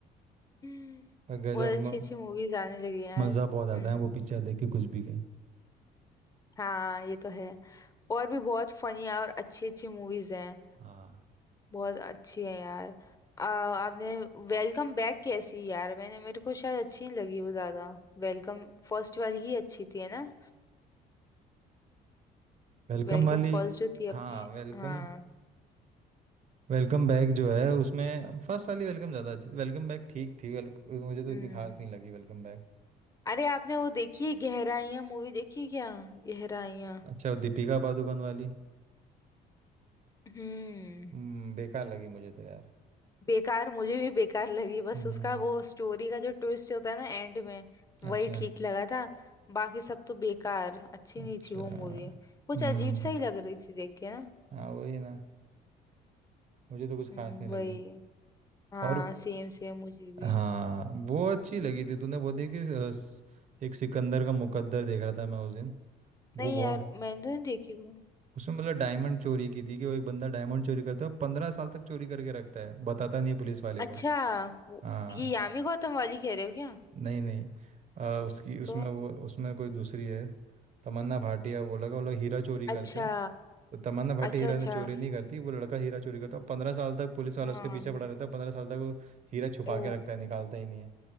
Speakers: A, on the left (about 20°); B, on the right (about 45°).
A: हम्म,
B: और गजब
A: बहुत अच्छी
B: म-
A: अच्छी मूवीज आने लगी हैं यार
B: मज़ा बहुत आता
A: हम्म
B: है वो पिक्चर देख के कुछ भी कहे
A: हाँ ये तो है और भी बहुत फनी और अच्छी अच्छी मूवीज हैं
B: हाँ
A: बहुत अच्छी है यार आ, आपने वेलकम बैक कैसी यार मैंने मेरे को शायद अच्छी नहीं लगी वो ज्यादा वेलकम फर्स्ट वाली ही अच्छी थी है ना
B: वेलकम
A: वेलकम
B: वाली
A: फर्स्ट जो थी
B: हाँ
A: अपने
B: वेलकम
A: हाँ
B: वेलकम बैक जो है उसमें फर्स्ट वाली वेलकम ज़्यादा अच्छी थी वेलकम बैक ठीक थी वेल मुझे तो
A: हम्म
B: इतनी खास नहीं लगी वेलकम बैक
A: अरे आपने वो देखी है गहराइयां मूवी देखी है क्या गहराइयां
B: अच्छा वो दीपिका पादुकोण वाली
A: हम्म
B: हम्म बेकार लगी मुझे तो यार
A: बेकार मुझे भी बेकार लगी बस
B: हम्म
A: उसका वो स्टोरी का जो ट्विस्ट होता है ना एंड में
B: अच्छा
A: वही ठीक लगा था बाकी सब तो बेकार अच्छी
B: अच्छा
A: नहीं थी वो मूवी कुछ
B: हम्म
A: अजीब सा ही लग रही थी देख के ना
B: हाँ वही ना मुझे तो कुछ
A: हम्म
B: खास नहीं
A: वही
B: लगी
A: हाँ
B: और
A: सेम सेम मुझे भी
B: हाँ वो अच्छी लगी थी तूने वो देखी अ, स- एक सिकंदर का मुकद्दर देख रहा था मैं उस दिन
A: नहीं
B: वो बहुत
A: यार मैंने तो नहीं देखी वो
B: उसमें मतलब डायमंड चोरी की थी कि वो एक बंदा डायमंड चोरी करता है पंद्रह साल तक चोरी करके रखता है बताता नहीं पुलिस वाले
A: अच्छा
B: को
A: वो-
B: हाँ
A: ये यामी गौतम वाली कह रहे हो क्या
B: नहीं नहीं अ, उसकी उसमें
A: तो
B: वो उसमें कोई दूसरी है तमन्ना भाटिया वो लगा वो लोग हीरा चोरी करते
A: अच्छा
B: हैं। तो तमन्ना भाटी
A: अच्छा
B: हीरा
A: अच्छा
B: ने चोरी नहीं करती वो लड़का हीरा चोरी करता है पंद्रह साल तक पुलिस वाला
A: हाँ
B: उसके पीछे पड़ा रहता है पंद्रह साल तक वो हीरा छुपा
A: ओ
B: के रखता है निकालता ही नहीं है